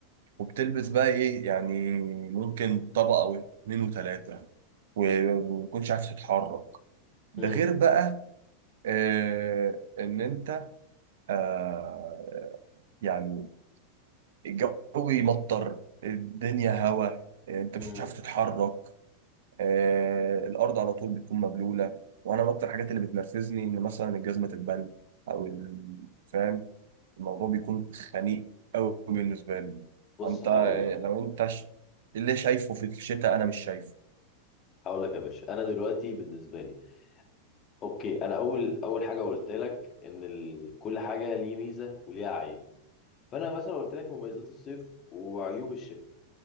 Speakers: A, on the right (about 55°); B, on the left (about 30°).
A: وبتلبس بقى ايه يعني ممكن طبقه او اتنين وتلاته وما تكونش عارف تتحرك ده
B: امم
A: غير بقى آه ان انت آه يعني الجو يمطر الدنيا هوا آه، انت مش
B: امم
A: عارف تتحرك آه الارض على طول بتكون مبلوله وانا من اكتر الحاجات اللي بتنرفزني ان مثلا الجزمه تتبل او ال- فاهم الموضوع بيكون خنيق قوي بالنسبه لي
B: بص
A: انت
B: هقول
A: آه،
B: لك
A: لو انت ش... اللي شايفه في الشتاء انا مش شايفه
B: هقول لك يا باشا انا دلوقتي بالنسبه لي اوكي انا اول اول حاجه قلت لك ان ال... كل حاجه ليه ميزه وليها عيب فانا مثلا قلت لك مميزات الصيف وعيوب الشتاء